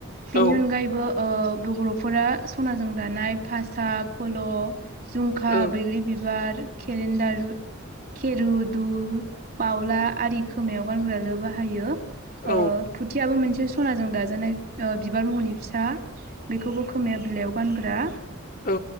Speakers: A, on the right (about 50°); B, on the left (about 45°).
A: बेनि
B: औ
A: अनगायैबो ओ बर' फोरा सनाजों दानाय फासा फल' जझुमखा
B: औ
A: बैग्रि बिबार केेरेन्डारु खेरुदुल बावला आरि खोमायाव गानग्राल' बाहायो
B: औ
A: ओ फुथियाबो मोनसे सनाजों दाजानाय ओ बिबार महरनि फिसा बेखौबो खोब खोमाया बिलाइयाव गानग्रा
B: औ